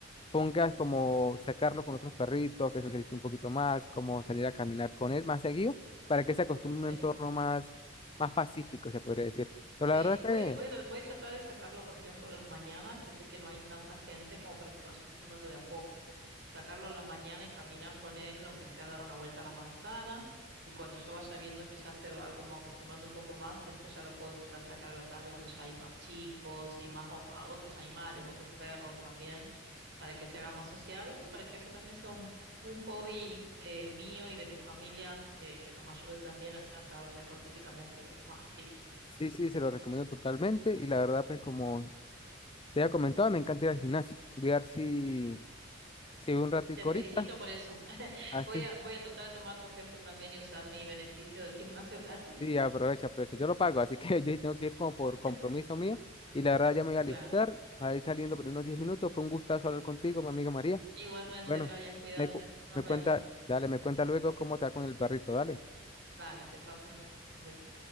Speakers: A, on the left; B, on the right.
A: pongas como sacarlo con otros perritos, que socialice un poquito más, como salir a caminar con él más seguido, para que se acostumbre a
B: sí.
A: un entorno más, más pacífico, se podría decir.
B: Sí,
A: Pero la verdad que
B: voy a, voy a, tra- voy a tratar de sacarlo, por ejemplo, en las mañanas, que sé que no hay tanta gente como para que se vaya acostumbrando de a poco. Sacarlo en la mañana y caminar con él, aunque sea dar una vuelta a la manzana, y cuando yo vaya viendo que ya se va como acostumbrando un poco más, después ya lo puedo empezar a sacar a la tarde cuando ya hay más chicos y más o- a otros animales, otros perros también, para que se haga más sociable y para que eso también sea un, un hobby eh, mío y de mi familia que, que nos ayude también a a estar mejor físicamente, digamos, más activos.
A: sí, sí, se lo recomiendo totalmente. Y la verdad, pues como te había comentado, me encanta ir al gimnasio. Voy a ver si... Si voy un ratico
B: Te felicito
A: ahorita
B: por eso. <laughs>
A: Ah,
B: Voy
A: sí,
B: a, voy a tratar de tomar tu ejemplo también y usar mi beneficio del gimnasio gratis.
A: sí, aprovecha, aprovecha. Yo lo pago, así que <laughs> yo sí tengo que ir como por compromiso
B: <laughs>
A: mío. Y la verdad ya me voy a alistar
B: Claro.
A: para ir saliendo por unos 10 minutos. Fue un gustazo hablar contigo, mi amiga María.
B: Igualmente,
A: Y bueno,
B: Brian, cuídate.
A: me, cu-
B: Nos
A: me
B: vemos.
A: cuenta, dale, me cuenta luego cómo te va con el perrito, dale.
B: Dale, te paso un mensaje. Un besito.